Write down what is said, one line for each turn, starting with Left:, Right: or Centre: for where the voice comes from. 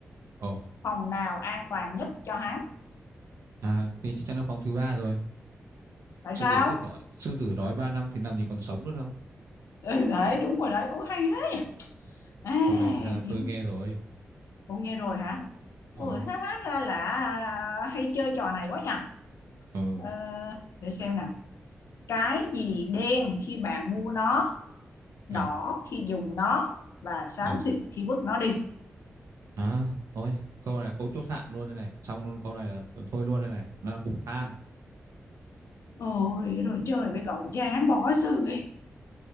Right: ồ
Left: Phòng nào an toàn nhất cho hát?
Right: à thì chắc chắn là phòng thứ ba rồi
Left: Tại
Right: sư
Left: sao?
Right: tử chết đói sư tử đói ba năm thì làm gì còn sống nữa đâu
Left: Ừ, đấy, đúng rồi đấy. Ủa hay thế. À,
Right: câu này thực ra là tôi
Left: kiếm...
Right: nghe rồi
Left: Ủa nghe rồi hả? Ủa
Right: ừ
Left: hát, hát ra là à, hay chơi trò này quá nhỉ.
Right: ừ
Left: Ờ, để xem nào. Cái gì đen khi bạn mua nó, đỏ
Right: ờ
Left: khi dùng nó và xám
Right: ờ
Left: xịt khi vứt nó đi.
Right: À, thôi, câu này là câu chốt hạ luôn đây này. Xong luôn câu này là thôi luôn đây này. Nó là cục than.
Left: Ôi rồi chơi với cậu chán bỏ sự